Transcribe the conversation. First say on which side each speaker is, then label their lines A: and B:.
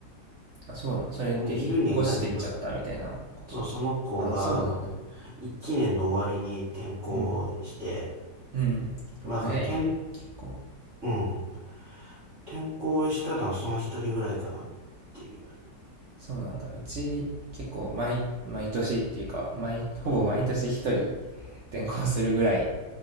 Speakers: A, on the right; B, on the right.
A: あ、そうなの。それで引っ越してっちゃったみたいなこと。
B: うん、いるにはいたんだけど、そ、そうその子が、
A: あ、そうなんだ。
B: あの、一年の終わりに転校して、
A: うん。うん。
B: まあだから転、
A: 早いね結構。
B: うん、転校したのはその一人ぐらいかなっていう。
A: そうなんだ。うち、結構毎、毎年っていうか、毎、ほぼ毎年一人転校するぐらい、